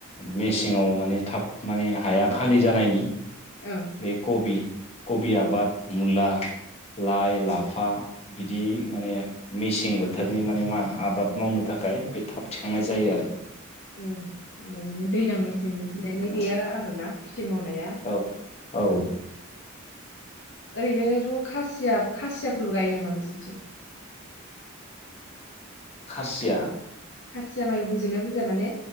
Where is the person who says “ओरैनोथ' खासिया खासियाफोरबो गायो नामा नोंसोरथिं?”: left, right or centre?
Left